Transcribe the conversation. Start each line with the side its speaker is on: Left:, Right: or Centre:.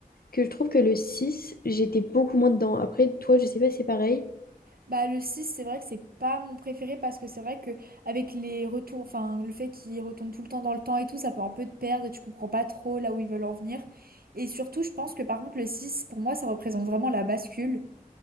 Left: que je trouve que le 6 j'étais beaucoup moins dedans. Après, toi, je sais pas si c'est pareil.
Right: Bah, le six c'est vrai que c'est pas mon préféré parce que c'est vrai que avec les retours, enfin, le fait qu'ils retournent tout le temps dans le temps et tout, ça peut un peu te perdre et tu comprends pas trop là où ils veulent en venir. Et surtout, je pense que par contre, le six pour moi, ça représente vraiment la bascule